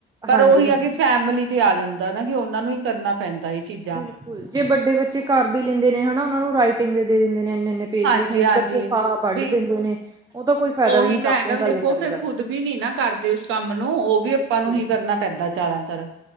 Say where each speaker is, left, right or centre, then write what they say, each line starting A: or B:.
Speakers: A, on the right; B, on the right.
A: ਪਰ
B: ਹਾਂਜੀ
A: ਉਹੀ
B: ਹਾਂਜੀ
A: ਹੈ ਕਿ ਫੈਮਿਲੀ ਆ ਜਾਂਦਾ ਨਾ ਕਿ ਉਹਨਾ ਨੂੰ ਹੀ ਕਰਨਾ ਪੈਂਦਾ ਚੀਜ਼ਾਂ
B: ਬਿਲਕੁਲ ਜੇ ਵੱਡੇ ਬੱਚੇ ਘਰ ਵੀ ਲੈਂਦੇ ਨੇ ਹਨਾ ਉਹ ਨੂੰ ਰਾਈਟਿੰਗ ਦੇ ਦਿੰਦੇ ਨੇ ਇੰਨੇ ਇਨੇ ਪੇਜ
A: ਹਾਂਜੀ-ਹਾਂਜੀ
B: ਲਿਖਣ ਬੱਚੇ ਫਾਹ ਵੱਢ
A: ਵੀ
B: ਦਿੰਦੇ ਨੇ ਉਹ ਤਾਂ ਕੋਈ ਫਾਇਦਾ
A: ਉਹੀ
B: ਵੀ ਨੀ
A: ਤਾਂ
B: ਕਾਪੀਆਂ
A: ਹੈਗਾ ਵੀ
B: ਕਾਲੀਆਂ
A: ਦੇਖੋ
B: ਕਰੇ
A: ਫੇਿਰ
B: ਦਾ
A: ਖੁਦ ਵੀ ਨੀ ਨਾ ਕਰਦੇ ਉਸ ਕੰਮ ਨੂੰ ਉਹ ਵੀ ਆਪਾਂ
B: ਬਿਲਕੁਲ
A: ਨੂੰ ਹੀ ਕਰਨਾ ਪੈਂਦਾ ਜ਼ਿਆਦਾਤਰ